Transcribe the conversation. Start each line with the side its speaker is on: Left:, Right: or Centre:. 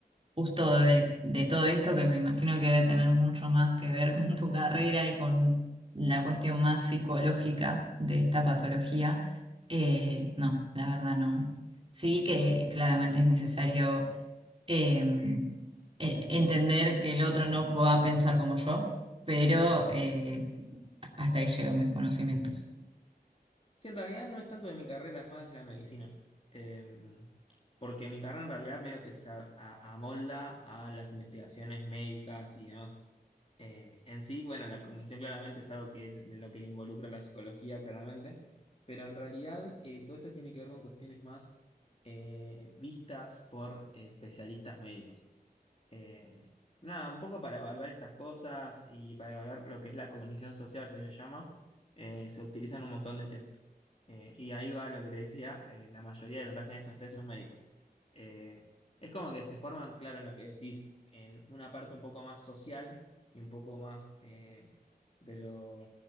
Right: justo de, de todo esto, que me imagino que debe tener mucho más que ver <laughs> con tu carrera y con la cuestión más psicológica de esta patología, eh, no, la verdad no. Sí que claramente es necesario em, eh, entender que el otro no pueda pensar como yo, pero eh, hasta ahí llegan mis conocimientos.
Left: Sí, en realidad no es tanto de mi carrera, es más de la medicina. Eh, porque mi carrera en realidad medio que se a- a- amolda a las investigaciones médicas y demás. Eh, en sí, bueno, la cognición claramente es algo que de lo que le involucra la psicología, claramente. Pero en realidad eh, todo esto tiene que ver con cuestiones más eh, vistas por eh, especialistas médicos. Eh, nada, un poco para evaluar estas cosas y para evaluar lo que es la cognición social, se le llama, eh, se utilizan un montón de test. Eh, y ahí va lo que te decía, eh, la mayoría de lo que hacen estos test son médicos. Eh, es como que se forman, claro, en lo que decís, en una parte un poco más social y un poco más eh, de lo,